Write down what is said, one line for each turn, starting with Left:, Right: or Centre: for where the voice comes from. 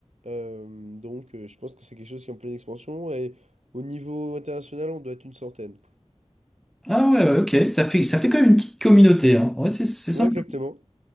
Right: Euh, donc, euh, je pense que c'est quelque chose qui est en pleine expansion. Et au niveau international, on doit être une centaine.
Centre: Ah ouais, ouais, ok, ça fait, ça fait quand même une petite communauté, hein. Ouais, c'est c'est sympa.
Right: Ouais, exactement.